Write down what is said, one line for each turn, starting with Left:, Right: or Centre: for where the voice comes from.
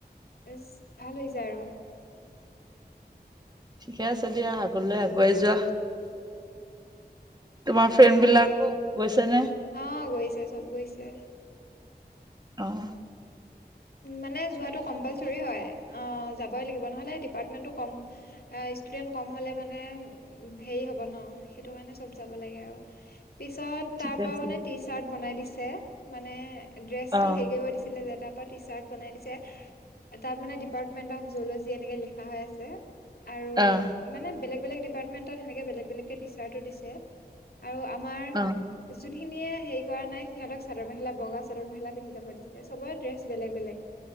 Left: জা ভাল হৈছে আৰু
Right: ঠিকে আছে দিয়া, আগলৈ আগুৱাই যোৱা। তোমাৰ ফ্ৰেণ্ড বিলাকো গৈছে নে?
Left: অহ, গৈছে চব গৈছে।
Right: অ'হ।
Left: মানে যোৱাটো কম্পালচৰি হয়। অ যাবই লাগিব, নহ'লে ডিপাৰ্টমেণ্টটো কম, ষ্টুডেণ্ট কম হ'লে মানে হেৰি হ'ব ন সেইটো কাৰণে, চব যাব লাগে আৰু পিছত
Right: ঠিকে
Left: তাৰ পৰা
Right: আছে।
Left: মানে টি চাৰ্ট বনাই দিছে, মানে ড্ৰেছটো
Right: অ',
Left: হেৰি কৰিব দিছিলে যে তাৰপৰা টি চাৰ্ট বনাই দিছে, তাত মানে ডিপাৰ্টমেন্ট অফ জলজি এনেকে লিখা হৈ আছে। আৰু
Right: অ',
Left: মানে বেলেগ-বেলেগ ডিপাৰ্টমেণ্টত সেনেকে বেলেগ-বেলেগকে টি চাৰ্টটো দিছে। আৰু আমাৰ
Right: অ',
Left: এজনী সেই খিনিয়ে হেৰি কৰা নাই, সিহঁতক চাদৰ-মেখেলা, বগা চাদৰ-মেখেলা পিন্ধিব দিছে। চবৰে ড্ৰেছ বেলেগ-বেলেগ